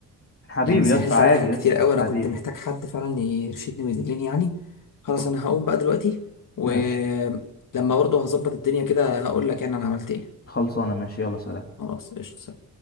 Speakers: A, on the left; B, on the left.
A: حبيبي
B: يعني سهلت
A: يا اسطى عادي
B: عليا حاجات
A: يا
B: كتير
A: اسطى
B: قوي
A: حبيبي
B: انا كنت محتاج حد فعلا يرشدني ويدلني يعني خلاص انا هقوم بقى دلوقتي ولما
A: ماشي
B: برضه هظبط الدنيا كده هقول لك يعني انا عملت ايه
A: خلصانه ماشي يلا سلام
B: خلاص قشطة